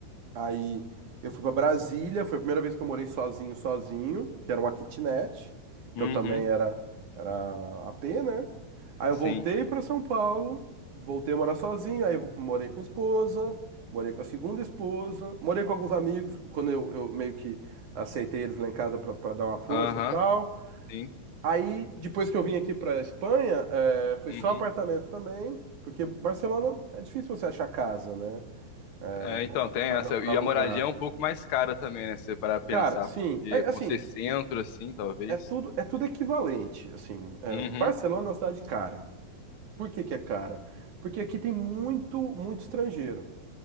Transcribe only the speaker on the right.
Aí eu fui pra Brasília, foi a primeira vez que eu morei sozinho, sozinho, que era uma kitnet. Então
também era era AP, né? Aí eu
voltei pra São Paulo, voltei a morar sozinho, aí morei com a esposa, morei com a segunda esposa, morei com alguns amigos, quando eu, eu meio que aceitei eles lá em casa pra pra dar uma força
e tal.
Aí depois que eu vim aqui pra Espanha, eh, foi
só apartamento também, porque Barcelona é difícil você achar casa, né? É,
ou
ou casa
pra
alugar.
Cara,
sim,
é assim,
é tudo é tudo equivalente, assim, é,
Barcelona é uma cidade cara. Por que que é cara? Porque aqui tem muito muito estrangeiro.